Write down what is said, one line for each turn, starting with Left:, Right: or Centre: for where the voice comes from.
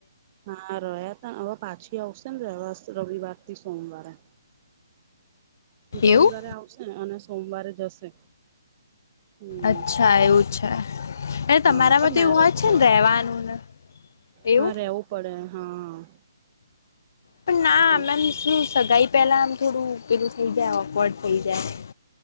Right: હા રહ્યા તા હવે પાછી આવશે ને રેવા રવિવાર થી સોમવારે.
Left: એવું
Right: રવિવારે આવશે અને સોમવારે જશે હમ
Left: અચ્છા એવું છે અને
Right: હા
Left: તમારામાં
Right: પણ ના
Left: તો એવું હોય
Right: રખાય
Left: છે ને
Right: રાત
Left: રહેવાનું ને,
Right: હા
Left: એવું
Right: રેવું પડે હા.
Left: પણ ના
Right: તો
Left: મેમ શું સગાઈ પહેલાં આમ થોડુ પેલું થઈ જાય ઓકવર્ડ થઈ જાય.